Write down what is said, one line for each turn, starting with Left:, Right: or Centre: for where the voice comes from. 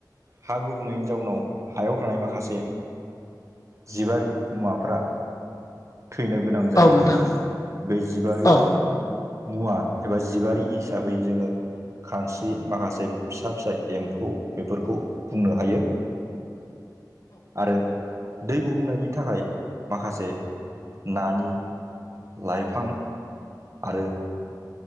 Right: हा गुबुंनायनि जाउनाव हायाव थानाय माखासे जिबारि मुवाफ्रा थैनो गोनां जायो।
Left: औ नोंथां औ नोंथां औ नोंथां
Right: बे जिबारि
Left: औ नोंथां औ नोंथां औ
Right: मुवा एबा जिबारि हिसाबै जोङो खानस्रि माखासे फिसा फिसा एम्फौ बेफोरखौ बुंनो हायो। आरो दै गुबुंनायनि थाखाय माखासे नानि लाइफां आरो